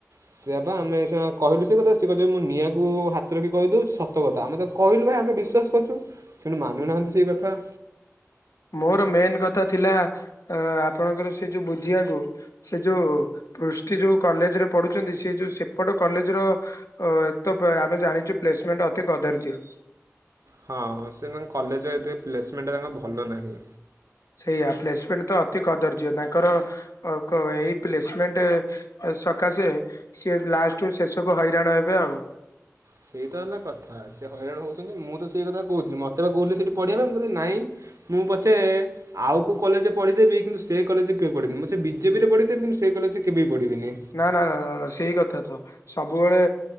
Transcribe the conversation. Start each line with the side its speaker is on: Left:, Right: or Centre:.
Right: ସେୟା ପା ଆମେ ସେୟା କହିଲୁ ସେ କଥା ସିଏ କହିବେ ମୁଁ ନିଆଁକୁ ହାତ ରଖି କହିଦେଉଛି ସତ କଥା ଆମେ ତ କହିଲୁ ଭାଇ ଆମେ ବିଶ୍ୱାସ କରୁଛୁ ସେଇଠୁ ମାନୁନାହାନ୍ତି ସେଇ କଥା।
Left: ମୋର ମେନ କଥା ଥିଲା ଅ ଆପଣଙ୍କର ସେ ଯୋଉ ବୁଝିବାକୁ ସେ ଯୋଉ ପୃଷ୍ଟି ଯୋଉ କଲେଜରେ ପଢୁଛନ୍ତି ସେ ଯୋଉ ସେପଟ କଲେଜ ର ଓ ଏ ତ ଆମେ ଜାଣିଛୁ ପ୍ଲେସମେଣ୍ଟ ଅତି କଦର୍ଯ୍ୟ।
Right: ହଁ ହଁ ସେ ତାଙ୍କ କଲେଜ ଏତେ ପ୍ଲେସମେଣ୍ଟଟା ତାଙ୍କ ଭଲ ନାହିଁ।
Left: ସେଇଆ ପ୍ଲେସମେଣ୍ଟ ତ ଅତି କଦର୍ଯ୍ୟ ତାଙ୍କର ଅ କ ଏଇ ପ୍ଲେସମେଣ୍ଟ ସକାଶେ ସିଏ ଲାଷ୍ଟକୁ ଶେଷକୁ ହଇରାଣ ହେବେ ଆଉ।
Right: ସେଇ ତ ହେଲା କଥା ସେ ହଇରାଣ ହଉଛନ୍ତି ମୁଁ ତ ସେଇ କଥା କହୁଥିଲି ମୋତେ ବା କହୁଥିଲେ ସେଇଠି ପଢିବା ପାଇଁ ମୁଁ କହୁଥିଲି ନାଇଁ ମୁଁ ପଛେ ଆଉ କୋଉ କଲେରେ ପଢିଦେବି କିନ୍ତୁ ସେ କଲେଜ କେବେ ପଢ଼ିବିନି ମୁଁ ସେ ବିଜେପିରେ ପଢ଼ିଦେବି କିନ୍ତୁ ସେଇ କଲେଜ କେବେବି ପଢ଼ିବିନି?
Left: ନା ନା ନା ସେଇ କଥା ତ ସବୁବେଳେ